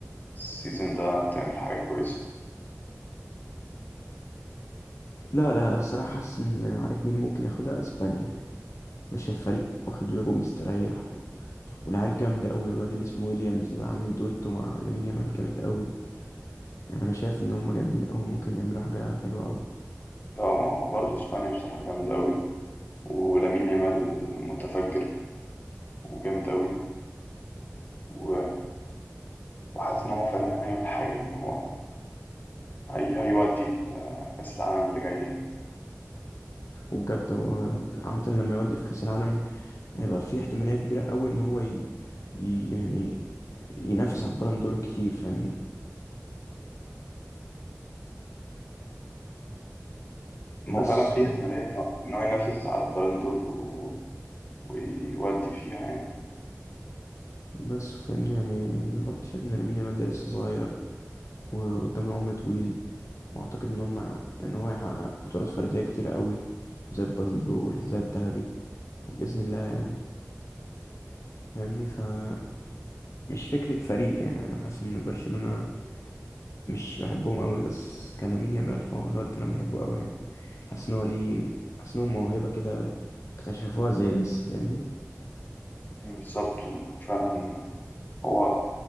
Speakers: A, on the left; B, on the left.
A: السيزون ده تعمل حاجة كويسة
B: لا لا الصراحة حاسس ان عارف مين ممكن ياخدها اسبانيا مش الفريق واخد يورو مستريح و... والعيال جامدة أوي الواد اللي اسمه ويليامز ده عامل دويتو مع لامين يامال جامد أوي يعني انا شايف ان هم جامدين قوي ممكن يعملوا حاجه حلوه قوي
A: اه ما برضه اسبانيا بصراحة جامدة أوي ولامين يامال متفجر وجامد أوي و... وحاسس إن هو فعلا هيعمل حاجة يعني هو هي... هيودي ال- كأس العالم اللي جاي
B: وبجد هو عامه لما يودي في كاس العالم هيبقى في احتماليه كبيره قوي ان هو ي... ي... يعني ينافس على البالون دور كتير فاهمني
A: ما
B: بس
A: هو فعلا في
B: و...
A: احتمالية إن هو إن هو ينافس على البالون دور و... ويودي فيها يعني
B: بس فاهمني يعني انا برضه شايف ان لامين يامال ده لسه صغير وقدام العمر طويل واعتقد ان هم ان هو هيحقق بطولات فرديه كتير قوي زي البالون دور والحذاء الذهبي باذن الله يعني فاهمني فمش فكره فريق يعني انا حاسس ان برشلونه مش بحبهم قوي بس كلامين يامال فهو الواد ده انا بحبه قوي يعني حاسس ان هو ليه حاسس ان هو موهبه كده اكتشفوها زي ميسي فاهمني
A: بالظبط فعلا هو